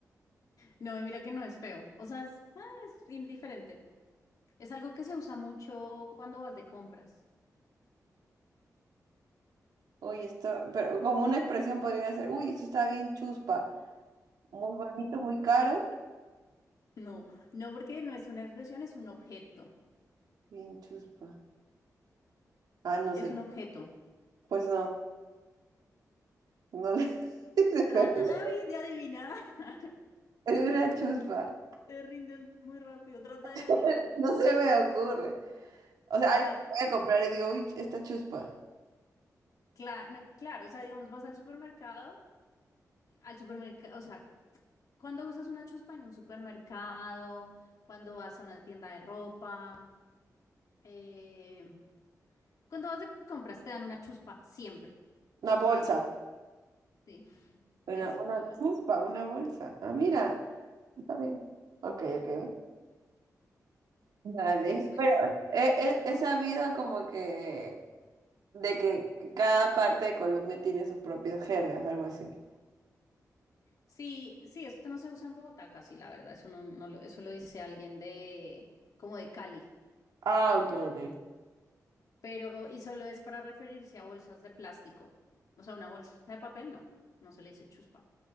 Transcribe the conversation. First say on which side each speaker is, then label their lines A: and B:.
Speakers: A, on the left; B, on the right.
A: No, y mira que no es feo. O sea, es, ah, es indiferente. Es algo que se usa mucho cuando vas de compras.
B: Uy, esto, pero como una expresión podría ser, uy, esto está bien chuspa. Muy bonito, muy caro.
A: No, no porque no es una expresión, es un objeto.
B: Bien chuspa. Ah, no
A: Es
B: sé,
A: un objeto.
B: pues no, no le- <laughs> se
A: Trata
B: me-
A: de avi- de adivinar. <laughs>
B: es una chuspa,
A: Te rindes muy rápido. Trata
B: <laughs>
A: de adivinar.
B: no se me ocurre. O sea,
A: O
B: algo
A: sea,
B: que voy a comprar y digo, uy, esta chuspa,
A: cla- no, claro, o sea, digamos, vas al supermercado, al supermercado, o sea, cuando usas una chuspa en un supermercado, cuando vas a una tienda de ropa, eh, cuando vas de compras te dan una chuspa siempre.
B: una bolsa,
A: Sí.
B: una,
A: Es
B: una
A: una bolsa.
B: chuspa, una bolsa. Ah, mira, está bien. Ok, ok, dale.
A: Eso es.
B: Pero he, he- he sabido como que, de que cada parte de Colombia tiene sus propias jergas, algo así.
A: Sí, sí, esto no se usa en Bogotá casi, la verdad. Eso no, no lo, eso lo dice alguien de, como de Cali.
B: Ah, ok, ok.
A: Pero, y solo es para referirse a bolsas de plástico. O sea, una bolsa de papel no. No se le dice chuspa.